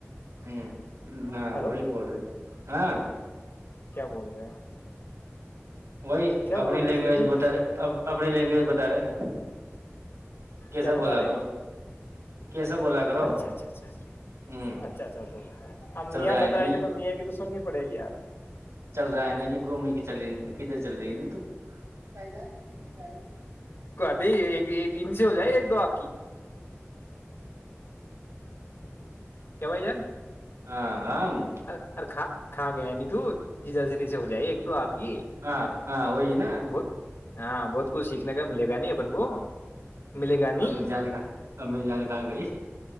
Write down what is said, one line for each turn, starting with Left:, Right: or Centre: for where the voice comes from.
Right: ہ ہ
Left: ہلو
Right: وہی بول ہاں
Left: کیا بول رہے ہیں
Right: السلام
Left: کیا
Right: علیکم
Left: بول رہے جی
Right: محترم
Left: جی
Right: بھائی وہی اپنی لینگویج بت رہے اب اپنی لینگویج بتا رہے ہیں کیسا
Left: کیا بتا
Right: بولا
Left: رہے
Right: کرو کیسا بولا کرو
Left: اچھا اچھا اچھ
Right: ہوں
Left: اچھا اچھا اچھ ا اب
Right: چل
Left: میاں
Right: رہا ہے
Left: بتائیں
Right: نہیں
Left: گے تو میاں کی سننی پڑے گی یار
Right: چل رہا ہے نا کہ گھومنے کی چل رہی کدھر چل رہی ہے نا تو جان کنے رہے
Left: نہیں ہو جائے ایک دو آپ کی ک بائی جان
Right: ہاں ہم
Left: ار ا کا کھا گیا نہیں تو جی جاز سے ہو جائے ایک دو آپ کی
Right: ہاں ہاں وہئی ن
Left: بہت ہاں بہت کچھ سیکھنے کا ملے گا ن اپن کو ملے گا نہیں
Right: امی جان خ امی جان خااں گئی